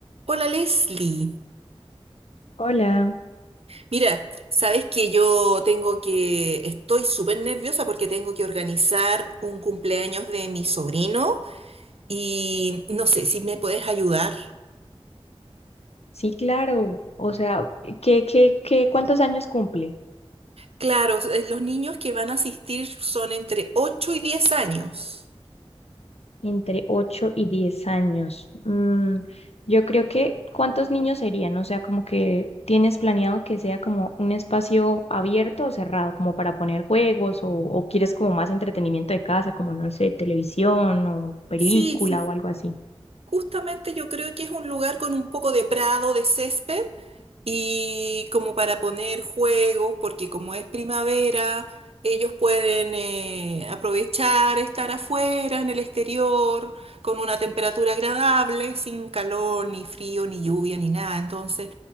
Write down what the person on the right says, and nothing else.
Hola Leslie.
Mira, sabes que yo tengo que, estoy súper nerviosa porque tengo que organizar un cumpleaños de mi sobrino y no sé si me puedes ayudar.
Claro, eh, los niños que van a asistir son entre 8 y 10 años.
Sí, sí, ju-
justamente yo creo que es un lugar con un poco de prado, de césped y como para poner juegos, porque como es primavera, ellos pueden eh, aprovechar estar afuera, en el exterior, con una temperatura agradable, sin calor, ni frío, ni lluvia, ni nada. Entonces,